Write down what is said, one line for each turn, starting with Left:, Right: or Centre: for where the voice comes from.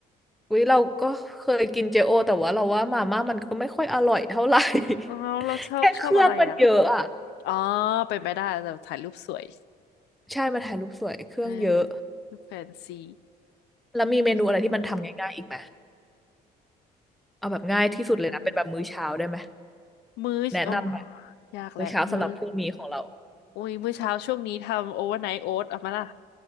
Centre: วิเราก็เคยกินเจโอแต่ว่าเราว่ามาม่ามันก็ไม่ค่อยอร่อยเท่าไหร่
Left: อ๋อเราชอบชอบอะไรอ่ะ
Centre: <laughs> แค่เครื่องมันเยอะอ่ะ
Left: อ๋อเป็นไปได้แต่ถ่ายรูปสวย
Centre: ใช่มันถ่ายรูปสวยเครื่องเยอะ
Left: เออรูปแฟนซี
Centre: แล้วมีเมนูอะไรที่มันทำง่ายๆอีกไหม
Left: ใช่แล้ว
Centre: เอาแบบง่ายที่สุดเลยนะเป็นแบบมื้อเช้าได้ไหม
Left: ง่ายง่ายมื้อโอ้
Centre: แนะนำหน่อย
Left: ยากแหละมื้อ
Centre: มื้อเช้าสำหรับพรุ่งนี้ของเรา
Left: โอ้ยมื้อเช้าช่วงนี้ทำโอเวอร์ไนท์โอ๊ตเอามาล่ะ